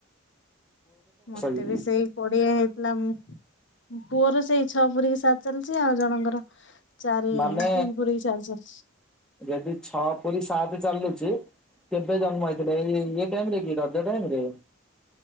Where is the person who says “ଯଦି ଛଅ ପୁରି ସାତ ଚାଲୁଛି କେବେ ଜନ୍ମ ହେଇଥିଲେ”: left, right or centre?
Centre